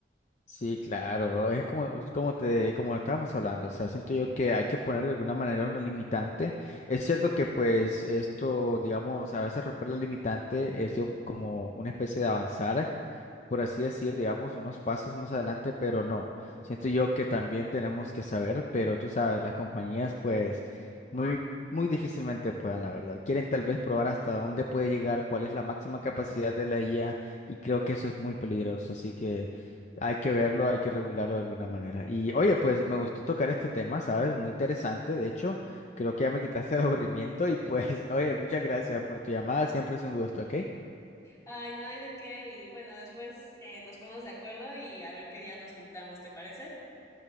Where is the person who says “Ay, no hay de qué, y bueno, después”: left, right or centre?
Left